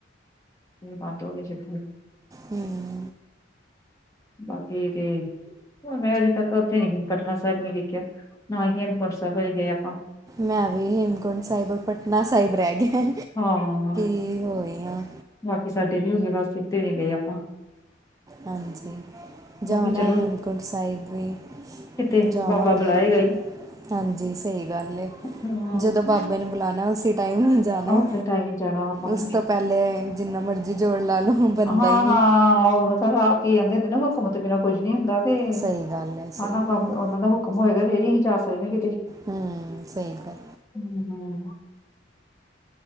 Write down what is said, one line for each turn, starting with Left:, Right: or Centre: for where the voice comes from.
Left: ਮੇਰੇ <inaudible>
Right: ਹੂੰ।
Left: ਬਾਕੀ ਤੇ ਮੈਂ ਅਜੇ ਤੱਕ ਓਥੇ ਨੀ ਗਈ, ਪਟਨਾ ਸਾਹਿਬ ਨੀ ਵੇਖਿਆ, ਨਾ ਹੀ ਹੇਮਕੁੰਟ ਸਾਹਿਬ ਗਏ ਆਪਾਂ।
Right: ਮੈਂ ਵੀ, ਹੇਮਕੁੰਟ ਸਾਹਿਬ, ਪਟਨਾ ਸਾਹਿਬ ਰਹਿ ਗਿਆ।
Left: ਹਾਂ
Right: ਕੀ ਹੋਈਆਂ?
Left: ਬਾਕੀ ਸਾਡੇ ਵੀ ਹੋ ਗਏ, ਬਸ ਇੱਥੇ ਨੀ ਗਏ ਆਪਾਂ।
Right: ਹਾਂਜੀ, ਜਾਨਾ
Left: ਉਹ ਵੀ ਚਲੋ
Right: ਏ ਹੇਮਕੁੰਟ ਸਾਹਿਬ ਵੀ।
Left: ਕਿਤੇ,
Right: ਜਾਵਾਂਗੇ
Left: ਬਾਬਾ ਬੁਲਾਏਗਾ ਈ।
Right: ਹਾਂਜੀ, ਸਹੀ ਗੱਲ ਏ।
Left: ਹਾਂ
Right: ਜਦੋਂ ਬਾਬੇ ਨੂੰ ਬੁਲਾਣਾ ਉਸੀ ਟਾਈਮ ਹੀਂ ਜਾਣਾ।
Left: ਉਸੇ ਟਾਈਮ ਜਾਣਾ ਆਪਾਂ
Right: ਉਸ
Left: ਵੀ।
Right: ਤੋਂ ਪਹਿਲੇ ਜਿੰਨਾ ਮਰਜ਼ੀ ਜੋਰ ਲਾ ਲਓ, ਬਣਦਾ
Left: ਹਾਂ
Right: ਈ ਨੀਂ।
Left: ਹਾਂ ਓ <unintelligible> ਕਈ ਆਂਦੇ ਹੁੰਦੇ ਨਾ ਹੁਕੁਮ ਤੋ ਬਿਨਾਂ ਕੁੱਝ ਨੀ ਹੁੰਦਾ। ਤੇ
Right: ਸਹੀ ਗੱਲ ਹੈ, ਸਹੀ
Left: ਹਾਂ, ਹਾਂ, ਹਾਂ,
Right: ਗੱਲ ਹੈ,
Left: ਉਹਨਾਂ ਦਾ ਹੁਕਮ ਹੋਏਗਾ ਫੇਰ ਅਸੀਂ ਜਾ ਸਕਦੇ ਕਿਤੇ।
Right: ਹੂੰ, ਸਹੀ ਗੱਲ।
Left: ਹੂੰ- ਹੂੰ